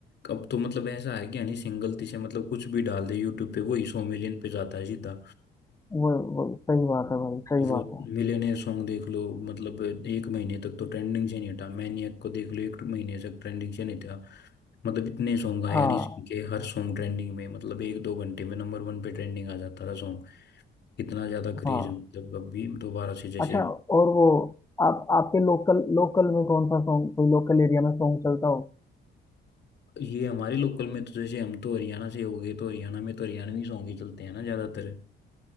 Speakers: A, on the left (about 60°); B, on the left (about 15°).
A: अब तो मतलब ऐसा है कि हनी सिंह गलती से मतलब कुछ भी डाल दे यूट्यूब पे वही सौ मिलियन पे जाता है सीधा
B: वो वो सही बात है भाई सही
A: वो
B: बात है
A: मिलियनेयर सॉन्ग देख लो मतलब एक महीने तक तो ट्रेंडिंग से नहीं हटा मैनिएक को देख लो एक महीने तक ट्रेंडिंग से नहीं था मतलब इतने सॉन्ग आए
B: हाँ
A: हनी सिंह के हर सॉन्ग ट्रेंडिंग में मतलब एक दो घंटे में नंबर वन पे ट्रेंडिंग आ जाता था सॉन्ग इतना ज्यादा क्रेज
B: हाँ
A: है मतलब अभी दोबारा से जैसे
B: अच्छा और वो आप आपके लोकल लोकल में कौन सा सॉन्ग कोई लोकल एरिया में सॉन्ग चलता हो
A: ये हमारे लोकल में तो जैसे हम तो हरियाणा से हो गए तो हरियाणा में तो हरियाणवी सॉन्ग ही चलते हैं ना ज्यादातर